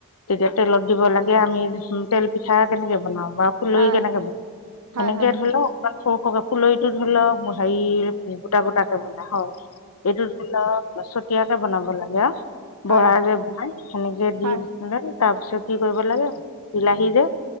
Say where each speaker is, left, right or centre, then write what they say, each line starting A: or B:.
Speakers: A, on the left; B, on the right.
A: তেতিয়া তেলত দিব লাগে। আমি উম তেল পিঠা কেনেকে বনাওঁ বা ফুলৰি
B: হয়
A: কেনেকে বন
B: হয়
A: সেনেকে
B: হয়
A: ধৰিলেও অকমান সৰু সকে ফুলৰিটো ধৰি লও হেৰি গোটা গোটাে বনাই হয় এইটো ধৰি লওঁক চতিয়াকে বনাব লাগে আও।
B: হয়
A: বৰা যে বনাই সেনেকে দিপিনে
B: হয়
A: তাৰ পিছত কি কৰিব লাগে বিলাহী যে